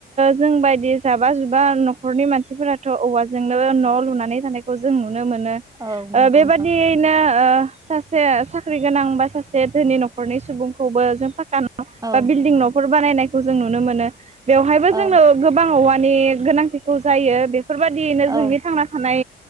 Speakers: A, on the right (about 35°); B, on the right (about 20°).
A: जों बायदि जाबा जुबा न'खरनि मानसिफोराथ' औवाजोंनो न' लुनानै थानायखौ जों नुनो मोनो
B: औ नंगौ
A: बेबादियैनो
B: नोंथां
A: सा साख्रि गोनां बा सासे धोनि न'खरनि सुबुंखौबो जों फाका'
B: औ
A: बा बिल्डिं न'खर बानायनायखौ जों नुनो मोनो। बेवहायबो
B: औ
A: जोंनो गोबां औवानि गोनांथिखौ जायो बेफोरबायदियैनो
B: औ
A: जोंनि थांना थानाय।